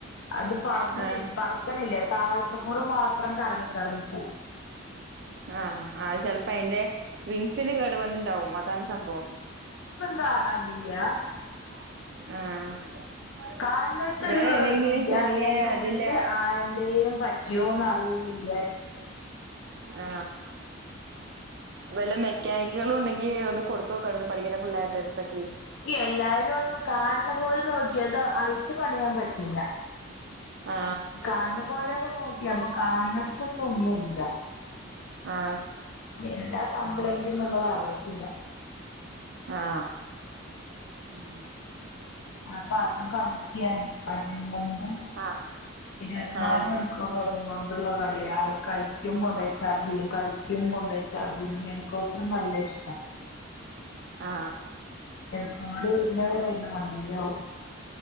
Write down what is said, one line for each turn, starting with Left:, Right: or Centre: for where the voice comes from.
Left: അത് പറക്ക്ണി
Right: ആഹ്
Left: പറക്ക്ണില്ല താഴത്ത് കൂട മാത്രം കറങ്ങി കറങ്ങി പോവും
Right: ആ അത് ചെൽപ്പ അഴിന്റെ വിങ്സിന് കേട് വന്ന്ണ്ടാവും അതാണ് സംഭവം
Left: കാണാനിയ്യ
Right: ആഹ്
Left: കാൺണോട്ത്തൊരു
Right: വേറെ
Left: കേടു
Right: ഏതെങ്കിലും
Left: ഇല്ല
Right: ചെറിയ
Left: ഇഞ് അയിന്റെ
Right: അതിന്റെ
Left: ഉള്ളില് ആ എന്തേലും പ ജ്യോന്ന് അറിഴിണില്ല
Right: ആ വല്ല മെക്കാനിക് കളുണ്ടങ്കി ഒന്ന് കൊടുത്തൊക്കായിരുന്നു പഠിക്ക്ണ പിള്ളേർട അട്ത്തെക്കെ
Left: എല്ലാരു ഒന്നു കാൺണ പോൽ നോക്കിയതൊ അഴിച്ചു പണിയാം പറ്റില്ല
Right: ആ
Left: കാൺണ പോലെയൊക്ക നോക്കി അപ്പം കാൺണോട്ത്തൊന്ന് ഒന്നുല്ല
Right: ആ
Left: എന്താ കംപ്ലൈന്റ് ന്ന്ള്ളത് അറിയത്തില്ല
Right: ആ ഉം
Left: അപ്പ അത് കളിക്ക്യാണ് <unintelligible> ണ്ടും
Right: ആഹ്
Left: ഇർവത്ത്നാല്
Right: ആഹ്
Left: <unintelligible> കൊണ്ടുള്ള കളിയ കളിക്യും കൊണ്ടയ്‌ ചാർജയ്യും കളിക്യും കൊണ്ടയ്‌ ചാർജയ്യും ഹെലികോപ്റ്റർ നല്ല ഇഷ്ട
Right: ആ
Left: എന്നാലു <unintelligible> വും